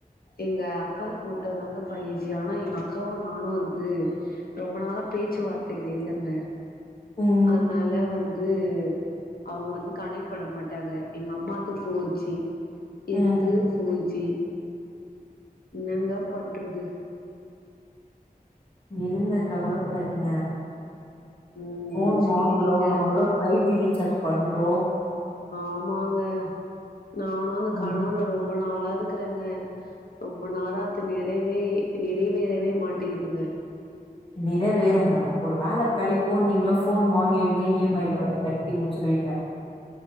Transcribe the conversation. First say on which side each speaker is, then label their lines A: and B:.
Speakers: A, on the left (about 75°); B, on the left (about 35°).
A: எங்க அக்காவ்க்கு மட்டுந்தாங்க ஃபை ஜி ஆனா எங்க அக்காவூ நானூ வந்து ரொம்ப நாளா பேச்சுவார்த்தைல இல்லங்க
B: ம்
A: அத்னால வந் து அவுங்க வந்து கனெக்ட் பண்ண மாட் ட்டாங்க எங்க அம்மாது ஃபோர்ஜி என்து
B: ம்
A: ஃபோர்ஜி என்னங்க பண்றது
B: இருங்க கவலப்படாதீங்க
A: ம்
B: ஃபோன்
A: சேரிங்க
B: வாங்குறோ நம்மளூ ஃபை ஜி ரீ சார்ஜ் பண்றோ
A: ஆமாங்க நானூ அந்த கனவுல
B: ம்
A: ரொம்ப நாளா ருக்றங்க ரொம்ப நாளா அது நிறைவே நிறைவேறவே மாட்டேகுதுங்க
B: நிறைவேறுங்க ஒரு வேல கெடைக்கூ நீங்களூ ஃபோன் வாங்குவீங்க இ எம் ஐ லோ கட்டி முச்சுடுவீங்க